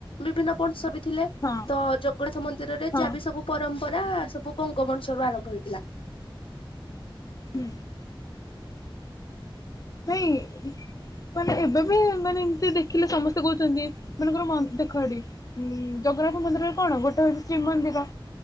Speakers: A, on the left; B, on the left.
A: ବିଭିନ୍ନ ବଂଶ ବି ଥିଲେ
B: ହଁ
A: ତ ଜଗନ୍ନାଥ ମନ୍ଦିରରେ
B: ହଁ
A: ଯାହା ବିି ସବୁ ପରମ୍ପରା ସବୁ ଗଙ୍ଗ ବଂ ଶ ରୁ ଆରମ୍ଭ ହୋଇଥିଲା।
B: ହୁଁ। ନାଇଁ ମାନେ ଏବେ ବି ମାନେ ଏମତି ଦେଖିଲେ ସମସ୍ତେ କହୁଛନ୍ତି ମନେକର ମନ୍ଦ ଦେଖ ସେଠି ଉଁ ଜଗନ୍ନାଥ ମନ୍ଦିରରେ କଣ ଗୋଟେ ହଉଛି ଶ୍ରୀମନ୍ଦିର